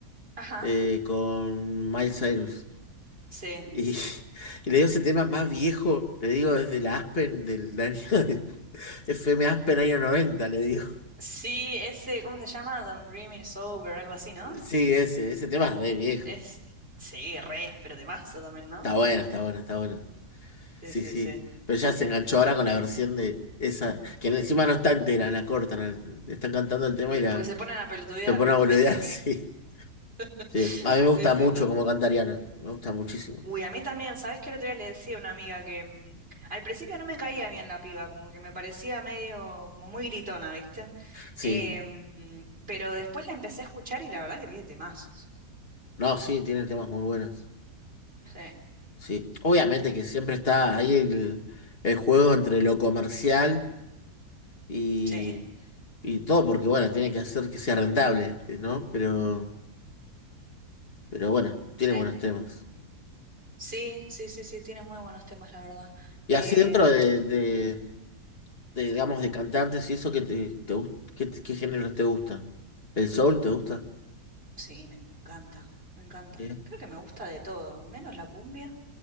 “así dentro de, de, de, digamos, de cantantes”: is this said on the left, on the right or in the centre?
Left